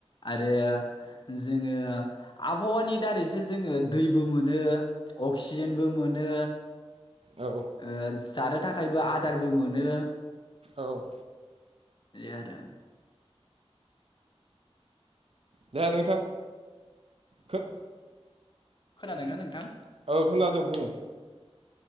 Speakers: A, on the left (about 45°); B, on the right (about 65°).
A: आरो जोङो आबहावानि दारैसो जोङो दैबो मोनो। अक्सिजेनबो मोनो।
B: औ
A: ओ जानो थाखायबो आदारबो मोनो।
B: औ।
A: इदिआरो।
B: दे नोंथां खो
A: खोनादोंना नोंथां?
B: औ खोनादों बुं।